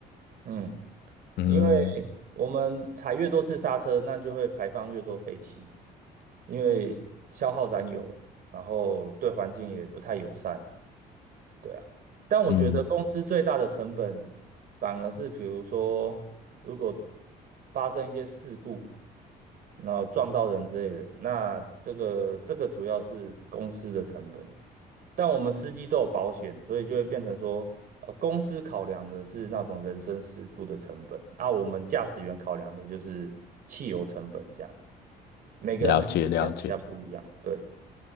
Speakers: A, on the right (about 55°); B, on the left (about 70°).
A: 嗯，
B: 嗯
A: 因为我们踩越多次刹车，那就会排放越多废气，因为消耗燃油，然后对环境也不太友善。对啊，但我觉得公司最大的成本反而是，
B: 嗯，
A: 比如说，如果发生一些事故，然后撞到人之类的，那这个这个主要是公司的成本。但我们司机都有保险，所以就会变成说，呃，公司考量的是那种人身事故的成本，那我们驾驶员考量的就是汽油成本，这样每个人看的点比较不一样，
B: 了解了解。
A: 对。